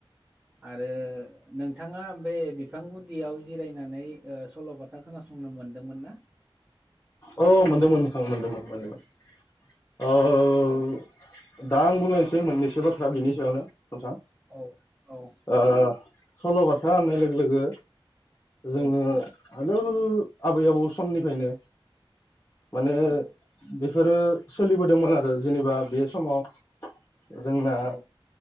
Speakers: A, on the right; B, on the left.
A: आरो नोंथाङा बे बिफां गुदियाव जिरायनानै ओ सल'बाथा खोथा खोनासंनो मोन्दोंमोन ना
B: अ मोनदोंमोन नोथां मोनदोंमोन मोनदोंमोन ओ
A: औ
B: दा आं बुंलायनोसै मोननैसो बाथ्रा बेनि सायावनो नोंथां
A: औ औ
B: ओ सल'बाथा होननाय लोगो लोगो जोङो
A: औ
B: आगोल आबै आबौ समनिफ्रायनो माने बे
A: औ
B: बेफोरो सोलिबोदोंमोन आरो जेनेबा बे समाव जोंना
A: औ